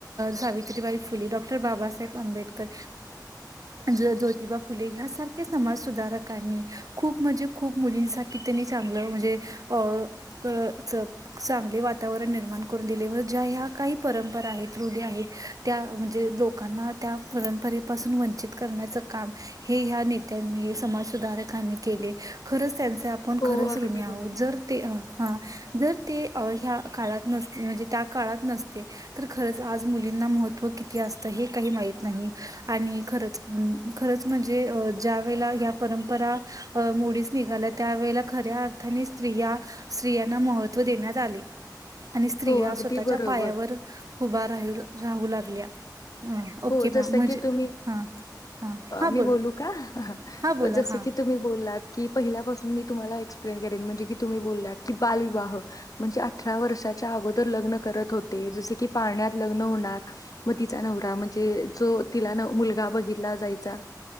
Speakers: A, on the right; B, on the left.
A: सावित्रीबाई फुले डॉक्टर बाबासाहेब आंबेडकर ज्योतिबा फुले यासारख्या समाज सुधारकांनी खूप म्हणजे खूप मुलींसाठी त्यांनी चांगलं म्हणजे अ चांगली वा वातावरण निर्माण करून दिले व ज्या ह्या काही परंपरा आहेत रुली आहेत त्या म्हणजे लोक लोकांना त्या परंपरेपासून वंचित करण्याचं काम हे या्या नेत्यांनी समाज सुधारकांनी केले खरंच त्यांचा आपण
B: हो,
A: खरंच
B: अगदी
A: रु आहोत
B: बरोबर.
A: जर ते हा जर ते ह्या काळात नसते म्हणजे त्या काळात नसते तर खरंच आज मुलींना महत्व किती असतं हे काही माहीत नाही आणि खरंच खरंच म्हणजे अ ज्या वेळेला या परंपरा अ मुडीच निघाल्या त्यावेेळेला खऱ्या अर्थाने स्त्रिया स्त्रियांना महत्त्व देण्यात आले आणि स्त्रिया
B: हो, अगदी
A: स्वतःच्या
B: बरोबर.
A: पायावर हुभा राही राहू लागल्या अ, ओके
B: हो
A: मॅम
B: जस
A: म्हणजे
B: की तुम्ही
A: हां, हां. हां
B: मी
A: बोला.
B: बोलू का
A: हां बोला.
B: जस
A: हां.
B: की तुम्ही बोललात की पहिल्यापासून मी तुम्हाला एक्सप्लेन करेन म्हणजे की तुम्ही बोललात की बालविवाह म्हणजे अठरा वर्षाच्या अगोदर लग्न करत होते जस की पाण्यात लग् होणार म तचा नव म्ह जो तिला न मुलगा बघितला जायचा